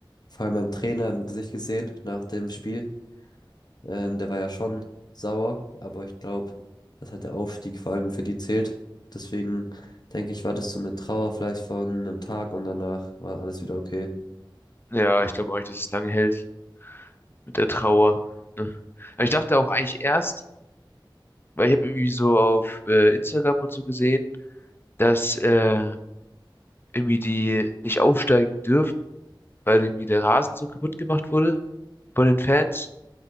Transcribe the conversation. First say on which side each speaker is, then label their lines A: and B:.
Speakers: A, on the left (about 50°); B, on the left (about 25°).
A: vor allem beim Trainer im Gesicht gesehen nach dem Spiel. Ähm, der war ja schon sauer, aber ich glaube, dass halt der Aufstieg vor allem für die zählt. Deswegen denke ich, war das so eine Trauer vielleicht von einem Tag und danach war alles wieder okay.
B: Ja, ich glaube auch nicht, dass es lange hält. mit der Trauer. Ne? Aber ich dachte auch eigentlich erst, weil ich habe irgendwie so auf äh, Instagram und so gesehen, dass äh, irgendwie die nicht aufsteigen dürfen, weil irgendwie der Rasen so kaputt gemacht wurde von den Fans.